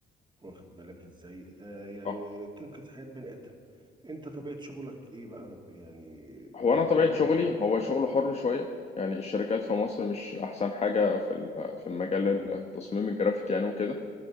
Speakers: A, on the right (about 25°); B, on the left (about 35°).
A: واخد بالك ازاي آه يعني
B: صح.
A: تنقذ حياة بني آدم انت طبيعة شغلك ايه بقى يعني
B: هو
A: مرتبطة
B: انا طبيعة شغلي
A: بحاجة
B: هو
A: زي
B: شغل
A: كده.
B: حر شوية يعني الشركات في مصر مش احسن حاجة في ال- في مجال
A: مم،
B: التصميم الجرافيك يعني وكده